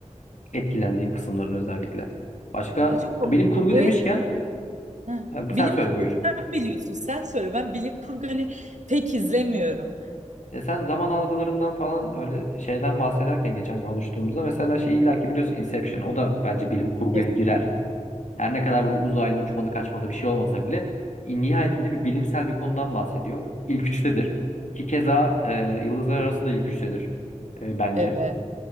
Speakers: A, on the left; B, on the right.
A: etkilendiğim kısımlarını özellikle. Başka
B: Acaba
A: bilim kurgu
B: o
A: demişken
B: Heh.
A: e,
B: Bilim
A: sen söyle
B: kurgu
A: buyur.
B: sen biliyorsun sen söyle. Ben bilim kurgu hani pek izlemiyorum.
A: Ya sen zaman algılarından falan öyle şeyden bahsederken geçen konuştuğumuzda mesela şey illaki biliyorsun Inception o da bence bilim kurguya
B: Kesinlikle.
A: girer. Her ne kadar böyle uzaylı uçmadı kaçmadı bir şey olmasa bile i- nihayetinde bir bilimsel bir konudan bahsediyor. İlk üçtedir. Ki keza e, Yıldızlar Arası da ilk üçtedir e, bence.
B: Evet.